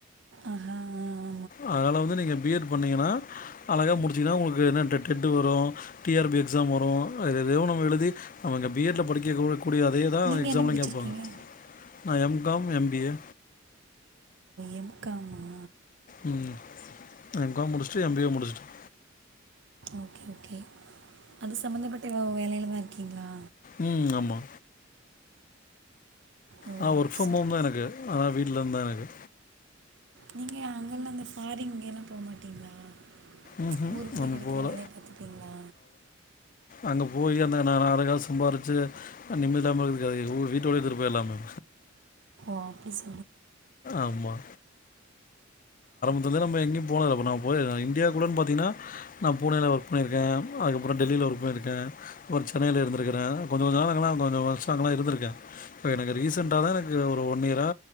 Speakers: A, on the right; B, on the left.
A: ஆஹா ஆ ஆ
B: அதனால வந்து நீங்க பிஎட் பண்ணீங்கன்னா அழகா முடிச்சீங்ன்னா உங்களுக்கு என்ன டெ டெட்டு வரு டி ஆர் பி எக்ஸாம் வரு அதுல எதையோ ஒன்னு எழுதி பி எட்ல படிக்க கூடிய அதே தா
A: நீங்கள்
B: எக்ஸாம்ல
A: என்ன படிச்சிருக்கீங்க
B: கேப்பாங்க நா M Com M B A
A: M காமா
B: உம் நா எம் காம் முடிச் சு எம் பி ஏ முடிச்சிட்ட
A: ஓகே ஓகே அது சம்மந்தப்பட்ட வேலையில தா இருக்கீங்களா
B: உம் ஆமா
A: ஓ
B: ஆஹ ஒர்க்ஃப்ரம்ஹோம்
A: சூப்பர்
B: தா எனக்கு ஆனா வீட்ல இருந்தா எனக்கு
A: நீங்கள் அங்கெல்லாம் அந்த ஃபாரிங் எல்லா போமாட்டீங்களா
B: ம்
A: ச் ஊருக்குள்ளேயே
B: நம்ம
A: கெடைக்கிற
B: போகல
A: வேல பாத்துபீங்களா
B: அங்க போயி அந்த நா நாலு காஸ் சம்பாரிச்சு நா நிம்மதி இல்லாம இருகுறதுக்கு அது ஏ வீட்டோ இருந்துட்டு போயிர்லாமே
A: ஆஃபிஸ்
B: ஆமாம் இப்பதா நம்ப எங்கயு போனதுல்லப்ப நா போயற்ற இந்தியா குள்ளன்னு பாதிங்ன்னா நா பூனேல வர்க் பண்ணிருக்கேன் அதுகப்புற டெல்லியில ஒர்க் பண்ணிருக்கே அப்புற சென்னையில இருந்திருகிற கொஞ்சகொஞ்ச நாள் அங்கெல்லா கொஞ்ச வருஷ அங்கெல்லா இருந்திருக்க இப்போ எனக்கு ரீசண்டா தா எனக்கு ஒரு ஒன் இயரா